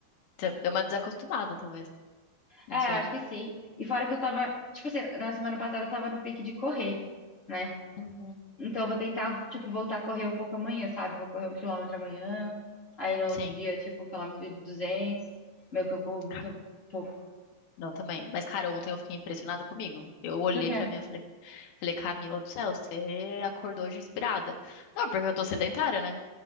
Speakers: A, on the left (about 75°); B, on the left (about 30°).
A: Você deu uma desacostumada, talvez. Não
B: É,
A: sei.
B: eu acho que sim. E fora que eu tava, tipo assim, na semana passada eu tava no pique de correr, né?
A: Uhum.
B: Então eu vou tentar, tipo, voltar a correr um pouco amanhã, sabe? Vou correr um quilômetro amanhã, aí no
A: Sim.
B: outro dia, tipo, um quilômetro de duzentos Meu, que eu corro muito
A: Ca-
B: pouco.
A: Não, também. Mas, cara, ontem eu fiquei impressionada comigo. Eu olhei
B: Por quê?
A: pra mim e falei, falei, Camila do céu, você acordou hoje inspirada. Não, porque eu tô sedentária, né?